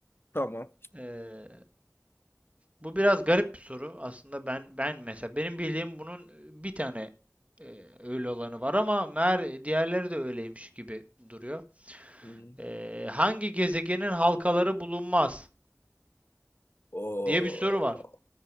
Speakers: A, on the left; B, on the right.
A: Tamam.
B: Ee, bu biraz garip bir soru. Aslında ben ben mesela benim bildiğim bunun bir tane e, öyle olanı var ama meğer diğerleri de öyleymiş gibi duruyor.
A: Hı. hı.
B: Ee, hangi gezegenin halkaları bulunmaz
A: Oo,
B: diye bir soru var.